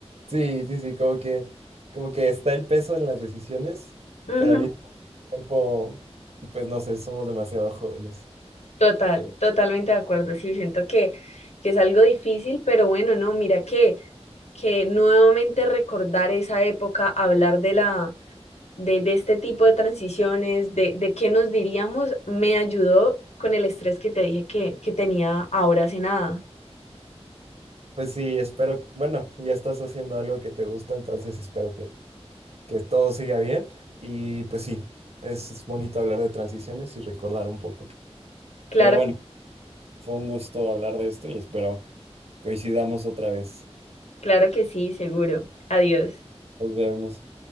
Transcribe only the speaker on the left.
Ujú.
Total, totalmente de acuerdo. Sí, siento que, que es algo difícil, pero bueno, no, mira que, que nuevamente recordar esa época, hablar de la, de, de este tipo de transiciones, de, de qué nos diríamos, me ayudó con el estrés que te dije que, que tenía ahora hace nada.
Claro,
claro que sí, seguro. Adiós.